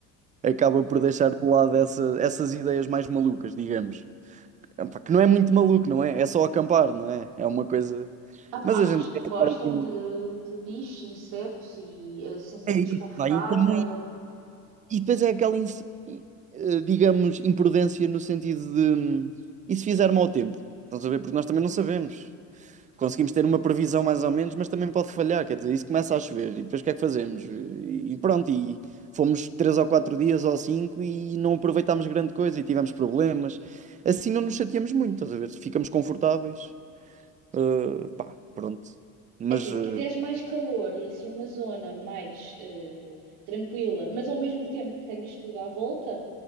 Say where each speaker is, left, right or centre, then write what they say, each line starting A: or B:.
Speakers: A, on the right; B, on the right.
A: Acaba por deixar de lado essa, essas ideias mais malucas, digamos. Epá, que não é muito maluco, não é? É só acampar, não é? É uma coisa.
B: Há,
A: Mas
B: há
A: a
B: pessoas
A: gente
B: que
A: quer
B: não
A: ficar
B: gostam
A: assim.
B: de, de bichos, insetos e a sensação
A: É isso,
B: desconfortável.
A: pá, e também E depois é aquela, insi- eh, digamos, imprudência no sentido de hum, e se fizer mau tempo? Estás a ver? Porque nós também não sabemos. Conseguimos ter uma previsão mais ou menos, mas também pode falhar. Quer dizer, isso começa a chover e depois o que é que fazemos? E e pronto, e fomos três ou quatro dias ou cinco e não aproveitámos grande coisa e tivemos problemas. Assim não nos chateamos muito, estás a ver? Ficamos confortáveis. Eh, pá, pronto. Mas
B: É assim, se
A: eh,
B: quiseres mais calor e assim uma zona mais eh, tranquila, mas ao mesmo tempo que tenhas tudo à volta,